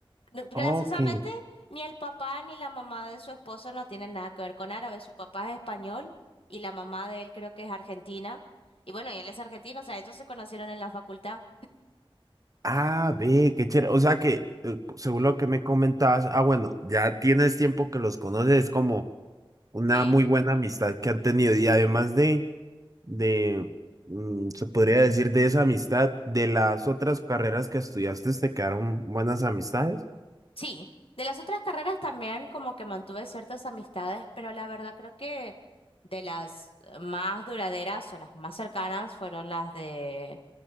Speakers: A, on the left; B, on the right.
A: No, Graciosamente,
B: Ok.
A: ni el papá ni la mamá de su esposo no tienen nada que ver con árabe. Su papá es español y la mamá de él creo que es argentina. Y bueno, y él es argentino, o sea, ellos se conocieron en la facultad.
B: Ah, ve, qué chévere. O sea que, eh, según lo que me comentabas, ah, bueno, ya tienes tiempo que los conoces, es como una
A: Sí,
B: muy buena amistad que han tenido. Y además de, de, mm, se podría decir de esa amistad, de las otras carreras que estudiaste, ¿te quedaron buenas amistades?
A: Sí, de las otras carreras también como que mantuve ciertas amistades, pero la verdad creo que de las más duraderas o las más cercanas fueron las de